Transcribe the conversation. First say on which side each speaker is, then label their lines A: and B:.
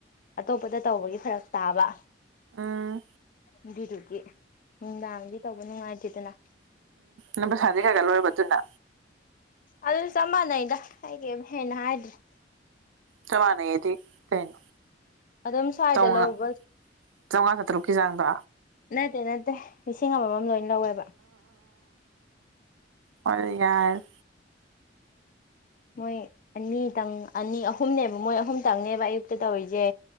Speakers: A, on the left; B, on the right.
A: ꯑꯇꯣꯞꯄꯗ ꯇꯧꯕꯒꯤ ꯐꯔꯛ ꯇꯥꯕ
B: ꯑ
A: ꯑꯗꯨꯗꯨꯗꯤ ꯅꯨꯡꯗꯥꯡꯗꯤ ꯇꯧꯕ ꯅꯨꯡꯉꯥꯏꯇꯦꯗꯅ
B: ꯅꯝꯕ ꯁꯥꯟꯗ ꯀꯩꯀ ꯂꯣꯏꯔꯕ ꯑꯗꯨꯅ
A: ꯑꯗꯣ ꯆꯞ ꯃꯥꯟꯅꯩꯗ ꯑꯩꯅꯥ ꯀꯦꯝ ꯍꯦꯟꯅꯥ ꯍꯥꯏꯗꯔꯦ
B: ꯆꯞ ꯃꯅꯥꯌꯦꯗꯤ ꯀꯩꯅꯣ
A: ꯑꯗꯨꯝ ꯁ꯭ꯋꯥꯏꯗ
B: ꯆꯥꯝꯃꯉꯥ
A: ꯂꯧꯕ
B: ꯆꯥꯝꯃꯉꯥ ꯆꯥꯇ꯭ꯔꯨꯛꯀꯤ ꯆꯥꯡꯗꯣ
A: ꯅꯠꯇꯦ ꯅꯠꯇꯦ ꯂꯤꯁꯤꯡ ꯑꯃꯃꯥꯝ ꯂꯣꯏ ꯂꯧꯋꯦꯕ
B: ꯍꯣꯏ ꯌꯥꯔꯦ
A: ꯃꯣꯏ ꯑꯅꯤꯇꯪ ꯑꯅꯤ ꯑꯍꯨꯝꯅꯦꯕ ꯃꯣꯏ ꯑꯍꯨꯝꯇꯪꯅꯦꯕ ꯑꯌꯨꯛꯇ ꯇꯧꯔꯤꯁꯦ